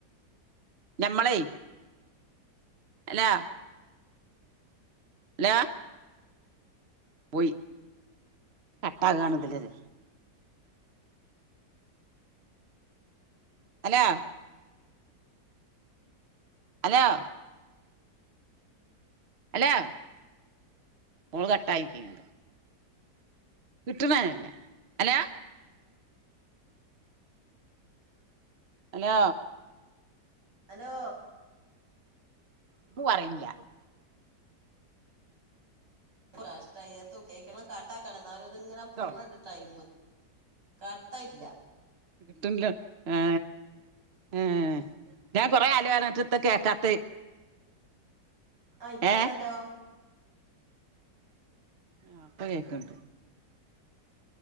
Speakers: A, on the right; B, on the right.
A: ഞമ്മളെ അലോ ഹലോ പോയി കട്ടാകണതില്ലത് അലോ ഹലോ അലോ ഫോണ് കട്ടായിട്ടീണ് കിട്ട്ണനല്ല അലോ ഹലോ
B: ഹലോ
A: ഒന്നും പറിണില്ല
B: ന്ത് കഷ്ട ഏത്തോ കേക്ക്ണത് കട്ടാക്കാണ് ന്നാലും ഇത് ഇങ്ങനെ പോണണ്ട്ട്ട്
A: ട്ടോ
B: ടൈം കട്ടായി ഇല്ല
A: കിട്ട്ൺല്ല ഏ ഏ ഞാൻ കൊറെ അലോർഞ്ഞിട്ടെത്താ കേൾക്കാത്ത
B: ആഹ് ഇപ്പ കേട്ടല്ലോ
A: ഏഹ് ആഹ് ഇപ്പ കേക്ക്ണ്ട്